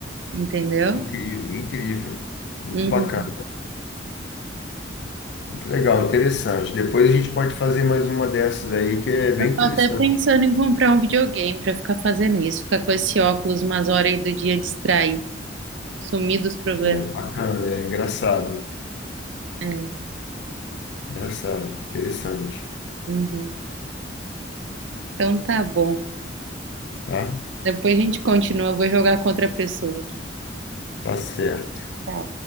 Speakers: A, on the right (about 80°); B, on the left (about 65°).
A: entendeu?
B: Incrível, incrível. Muito
A: Uhum.
B: bacana. Que Legal, interessante. Depois a gente pode fazer mais uma dessas aí, que é bem
A: Eu
B: interessante.
A: tô até pensando em comprar um videogame para ficar fazendo isso, ficar com esse óculos umas horas aí do dia distrair, sumir dos problemas.
B: É bacana, é engraçado.
A: É.
B: Engraçado, interessante.
A: Uhum. Então tá bom.
B: Tá?
A: Depois a gente continua. Eu vou jogar contra a pessoa aqui.
B: Tá certo.
A: Tá?